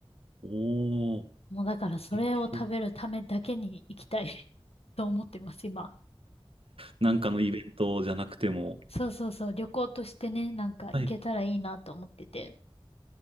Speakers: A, on the right; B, on the left.
A: おお、
B: もうだからそれを食べるためだけに行きたい
A: できそう
B: <laughs> と思ってます、今。
A: なんかのイベントじゃなくても、
B: うん。そうそうそう、旅行としてね、なんか行けたらいいなと思ってて。
A: はい。